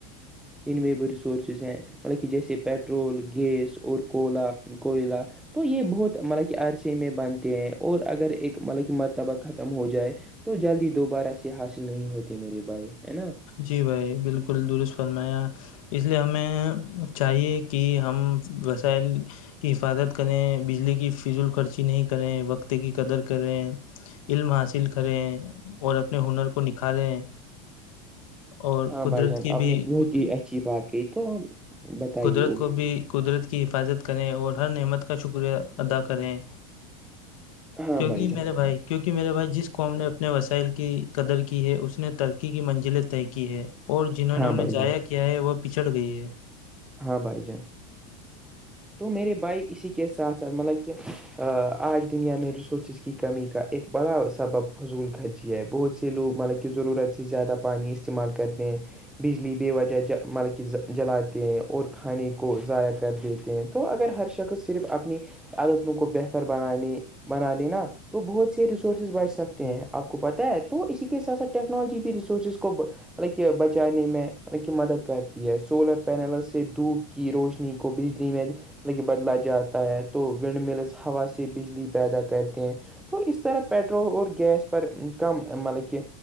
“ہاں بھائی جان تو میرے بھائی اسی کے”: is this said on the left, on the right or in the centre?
Centre